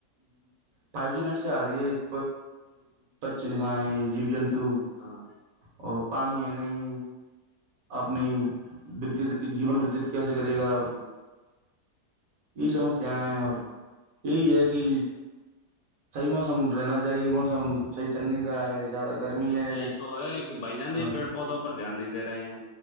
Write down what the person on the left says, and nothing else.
ہاں
ہ
یہی تو ہے کہ بھ جان
یہ پیڑ پودوں دھیان نہیں دے رہے ہیں